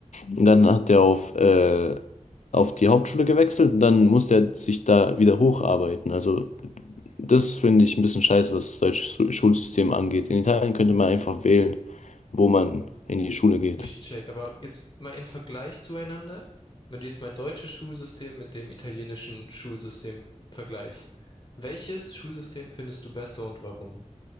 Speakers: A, on the left (about 70°); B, on the left (about 35°).
A: Und dann hat er auf, äh, auf die Hauptschule gewechselt und dann musste er sich da wieder hocharbeiten. Also das finde ich ein bisschen scheiße, was das deutsche Schu- Schulsystem angeht. In Italien könnte man einfach wählen, wo man in die Schule geht.
B: Ich check. Aber jetzt mal im Vergleich zueinander, wenn du jetzt mal deutsches Schulsystem mit dem italienischen Schulsystem vergleichst, welches Schulsystem findest du besser und warum?